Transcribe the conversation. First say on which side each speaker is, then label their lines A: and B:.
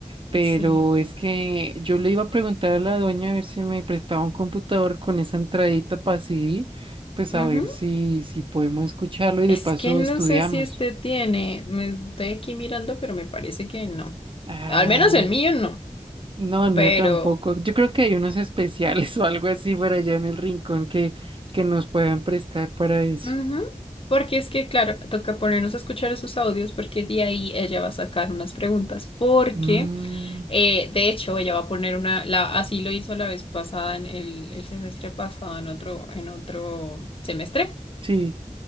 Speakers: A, on the right (about 40°); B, on the left (about 45°).
A: Pero
B: Sí.
A: es que yo le iba a preguntar a la dueña a ver si me prestaba un computador con esa entradita para CD, pues
B: Ujú.
A: a ver si, si podemos escucharlo y de
B: Es
A: paso
B: que no
A: estudiamos.
B: sé si este tiene. Me estoy aquí mirando, pero me parece que no.
A: Ah,
B: Al menos el mío no.
A: no, el mío
B: Pero.
A: tampoco. Yo creo que hay unos especiales <laughs> o algo así por allá en el rincón que, que nos puedan prestar para
B: <laughs>
A: eso.
B: Ujú, Porque es que, claro, toca ponernos a escuchar esos audios porque de ahí ella va a sacar unas preguntas. Porque,
A: Mm,
B: eh, de hecho, ella va a poner una, la, así lo hizo la vez pasada, en el, el semestre pasado, en otro, en otro semestre.
A: sí,